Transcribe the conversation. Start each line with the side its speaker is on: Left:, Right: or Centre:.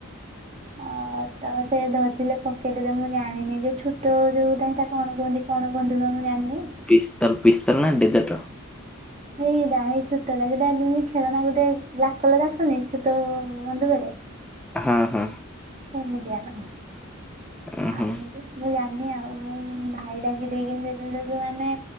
Centre: ହ <inaudible>
Right: ଓ ତ ସେ ଧରିଥିଲେ ପକେଟରେ ମୁଁ ଜାଣିନି ଯୋଉ ଛୋଟ ଯୋଉଟା ତ କଣ କୁହନ୍ତି? କଣ କୁହନ୍ତି ମୁଁ ବା ଜାଣିନି?
Centre: ପିସ୍ତଲ ପିସ୍ତଲ ନା ଡେଜର୍ଟର।
Right: ଏଇଟା ଏଇ ଛୋଟା ଯା ଖେଳନା ଗୋଟେ ବ୍ଲାକ୍ କଲର ଆସୁନି ଛୋଟ ବନ୍ଧୁକରେ
Centre: ହଁ ହଁ।
Right: ହେମିତିଆର
Centre: ଅ ହଁ
Right: ଆମକୁ ମୁଁ ଜାଣିନି ଆଉ ମୁଁ ଭାଇ ଡାକି ଦେଇକିନି ଯେତେବେଳେ ତାକୁ ମାନେ